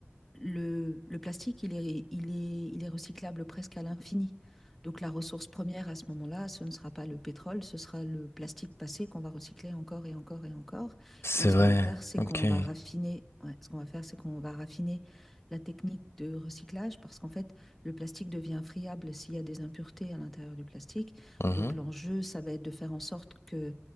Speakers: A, in the centre; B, on the left.
A: le, le plastique, il est, il est, il est recyclable presque à l'infini. Donc la ressource première à ce moment-là, ce ne sera pas le pétrole, ce sera le plastique passé qu'on va recycler encore et encore et encore.
B: C'est
A: Et ce
B: vrai.
A: qu'on va faire, c'est
B: Ok.
A: qu'on va raffiner, ouais, ce qu'on va faire, c'est qu'on va raffiner la technique de recyclage parce qu'en fait, le plastique devient friable s'il y a des impuretés à l'intérieur du plastique.
B: Mhm.
A: Donc l'enjeu, ça va être de faire en sorte que,